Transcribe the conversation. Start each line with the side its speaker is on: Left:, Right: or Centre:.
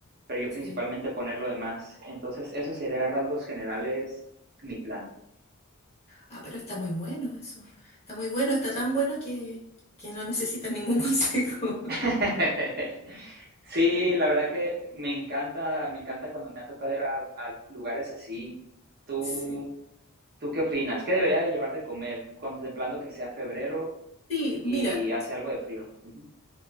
Right: pero yo
Left: sí.
Right: principalmente poner lo demás. Entonces, eso sería a rasgos generales mi plan.
Left: Ah, pero está muy bueno eso. Está muy bueno, está tan
Right: Sí.
Left: bueno que, que no necesitas ningún <laughs> consejo.
Right: <laughs> sí. la verdad que me encanta, me encanta cuando me ha tocado ir a, a lugares así. ¿Tú,
Left: Sí.
Right: ¿Tú qué opinas? ¿Qué debería de llevar de comer contemplando que sea febrero
Left: Sí,
Right: y
Left: mira,
Right: hace algo de frío? Uh -huh.